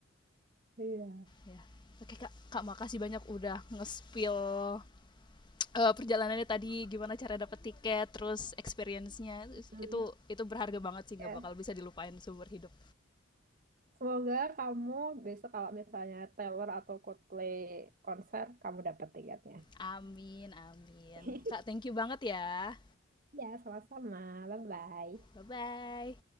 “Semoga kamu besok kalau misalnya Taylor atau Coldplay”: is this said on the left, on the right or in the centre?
Right